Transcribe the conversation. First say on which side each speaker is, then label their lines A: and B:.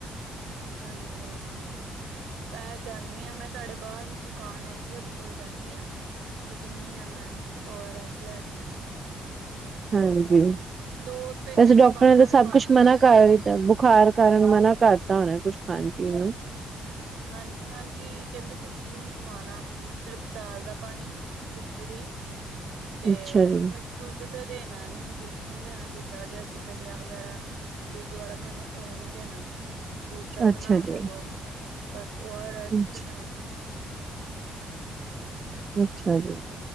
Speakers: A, on the right; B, on the right.
A: ਹਾਂਜੀ ਹਾਂਜੀ ਐ ਜਾਨੀ ਆਂ ਮੈਂ ਸਾਡੇ ਬਾਰ ਹੀ ਦੁਕਾਨ ਹੈਗੀ ਐ ਓਦੇ ਕੋਲ ਜਾਂਨੀ ਆਂ। ਤੇ ਕੈਨੀ ਆ ਮੈਂ ਓ ਆਰ ਐਸ ਲੈਕੇ ਆਨੀ ਆ।
B: ਹਾਂਜੀ
A: ਹੂੰ, ਦੋ ਤਿੰਨ
B: ਵੈਸੇ
A: ਦਿਨ
B: ਡਾਕਟਰਾਂ
A: ਦੁਕਾਨਾਂ
B: ਨੇ ਤਾਂ ਸਭ
A: ਵੀ ਬੰਦ
B: ਕੁਛ
A: ਸੀ
B: ਮਨਾ
A: ਨਾ।
B: <unintelligible> ਬੁਖਾਰ ਕਾਰਨ ਮਨਾ ਕਰਤਾ ਹੋਣਾ ਕੁਛ ਖਾਣ ਪੀਣ ਨੂੰ?
A: ਹਾਂ ਹਾਂਜੀ ਕੈਂਦੇ ਕੁਛ ਵੀ ਨੀ ਖਵਾਨਾ। ਸਿਰਫ ਦਾਲ ਦਾ ਪਾਨੀ ਖਿਚੜੀ ਤੇ
B: ਅੱਛਾ ਜੀ
A: ਮਿੱ ਦੁੱਧ ਤੇ ਦੇਨਾ ਨੀ, ਦੁੱਧ ਨੀ ਦੇਨਾ ਜਿੱਦਾਂ ਜੇ ਅਸੀਂ ਦਲੀਆਂ ਵਗੈਰਾ ਦੁੱਧ ਵਾਲਾ ਬਨਾਨੇ ਓ ਨੀ ਦੇਨਾ ਦੂਸਰਾ
B: ਅੱਛਾ
A: ਬਣਾ
B: ਜੀ
A: ਕੇ ਦੋ। ਬਸ ਓ ਆਰ ਐਸ
B: ਅੱਛਾ
A: ਤੇ ਨਾਰੀਅਲ ਪਾਨੀ
B: ਅੱਛਾ ਜੀ।